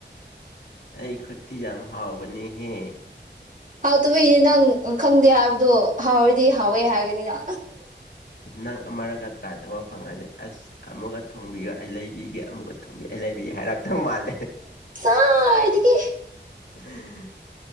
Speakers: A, on the left; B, on the right.
A: ꯑꯩ ꯈꯨꯠꯇꯤ ꯌꯥꯝ ꯍꯥꯎꯕꯅꯤ ꯍꯦ
B: ꯍꯥꯎꯇꯕ ꯏꯅꯦ ꯅꯪ ꯈꯪꯗꯦ ꯍꯥꯏꯕꯗꯣ ꯍꯥꯎꯔꯗꯤ ꯍꯥꯎꯋꯦ ꯍꯥꯏꯒꯅꯤꯗ
A: ꯅꯪ ꯑꯃꯔꯒ ꯇ꯭ꯔꯥꯏ ꯇꯧꯕ ꯐꯪꯉꯗꯤ ꯑꯁ ꯑꯃꯨꯛꯀ ꯊꯣꯡꯕꯤꯌꯣ ꯑꯩ ꯂꯩꯕꯤꯒꯦ ꯑꯃꯨꯛꯒ ꯊꯣꯡꯕꯤꯌꯨ ꯑꯩ ꯂꯩꯕꯤꯒꯦ ꯍꯥꯏꯔꯛꯇꯧ ꯃꯥꯜꯂꯦ
B: ꯀꯗꯥꯏꯗꯒꯤ
A: ꯍꯝ